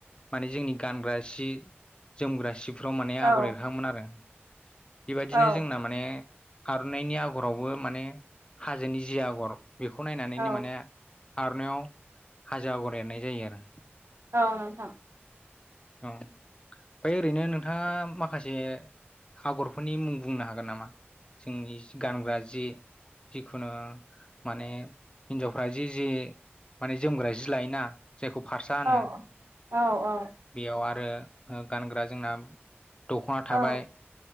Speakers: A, on the left; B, on the right.
A: माने जोंनि गानग्रा सि जोमग्रा सिफ्राव माने
B: औ
A: आगर एरखांङोमोन आरो। बेबायदिनो
B: औ
A: जोंना माने आर'नाइनि आगरावबो माने हाजोनि जि आगर बेखौ नायनानैनो
B: औ
A: माने आर'नायाव हाजो आगर एरनाय जायो आरो।
B: औ नोंथां।
A: औ ओमफाय ओरैनो नोंथाङा माखासे आगरफोरनि मुं बुंनो हागोन नामा? जोंनि गानग्रा जि जिखुनु माने हिन्जावफ्रा जि जि माने जोमग्रा जि लायोना जायखौ फारसा होनो
B: औ औ औ
A: बेयाव आरो गानग्रा जोंना दखना
B: औ
A: थाबाय